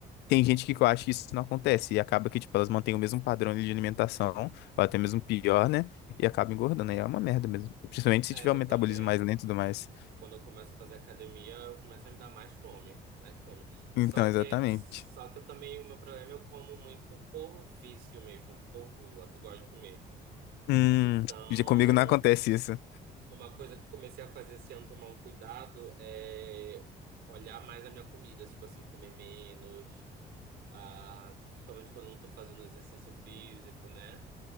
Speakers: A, on the left (about 80°); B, on the right (about 75°).
A: Tem gente que eu acho que isso não acontece e acaba que, tipo, elas mantêm o mesmo padrão ali de alimentação, ou até mesmo pior, né? E acaba engordando. Aí é uma merda mesmo. Principalmente se
B: É,
A: tiver
B: eu
A: um metabolismo
B: também.
A: mais lento e tudo mais.
B: Quando eu começo a fazer academia, eu começo a me dar mais fome, mais fome. Só
A: Então, exatamente.
B: que, só que eu também, o meu problema, eu como muito por vício mesmo, por gula, que eu gosto de comer.
A: Hum,
B: Então,
A: já comigo não acontece isso.
B: uma coisa que eu comecei a fazer esse ano, tomar um cuidado, é olhar mais a minha comida, tipo assim, comer menos, ah, principalmente quando eu não tô fazendo exercício físico, né?